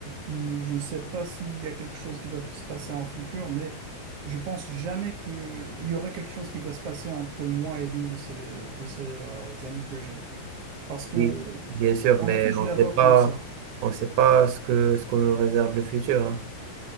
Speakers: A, on the right; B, on the right.
A: je ne sais pas s'il y a quelque chose qui va se passer en futur, mais je pense jamais qu'il y aurait quelque chose qui va se passer entre moi et l'une de ces, de ces euh, amies que j'ai. Parce que,
B: Oui, bien sûr,
A: en
B: mais
A: effet, je
B: on
A: la
B: sait
A: vois
B: pas,
A: comme ça.
B: on sait pas ce que, ce qu'on nous réserve le futur. hein.